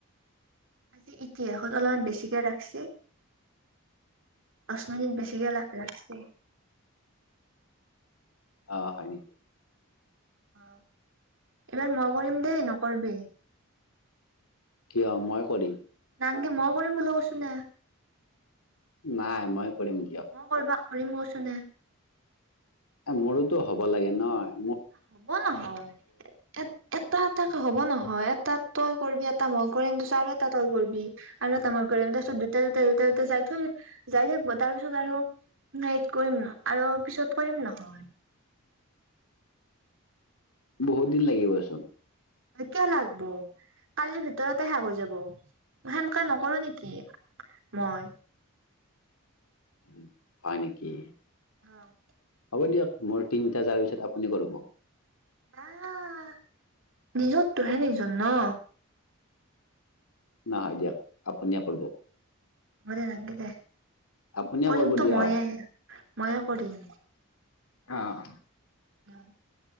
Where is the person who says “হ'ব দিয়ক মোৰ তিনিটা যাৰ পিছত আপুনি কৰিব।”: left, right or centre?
Left